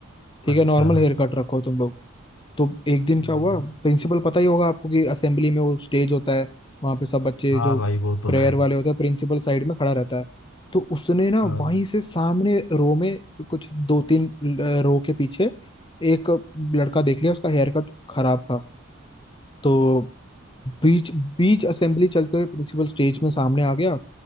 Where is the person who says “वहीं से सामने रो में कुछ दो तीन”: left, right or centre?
Left